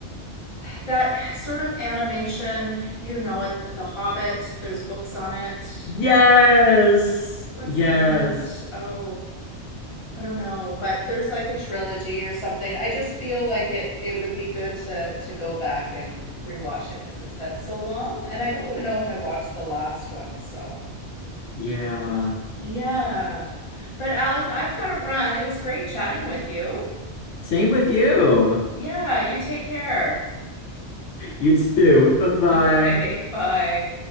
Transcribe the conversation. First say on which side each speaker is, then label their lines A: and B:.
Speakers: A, on the left; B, on the left.
A: that sort of animation, you know it, The Hobbit, there's books on it.
B: Yes.
A: What's
B: Yes.
A: that? Oh, I don't know, but there's like a trilogy or something. I just feel like it it would be good to to go back and rewatch it because it's been so long, and I don't even know if I watched the last one, so
B: Yeah.
A: yeah. But Alec, I've got to run. It was great chatting with you.
B: Same with you.
A: Yeah, you take care.
B: You too. Bye-bye.
A: Okay, <laughs> bye.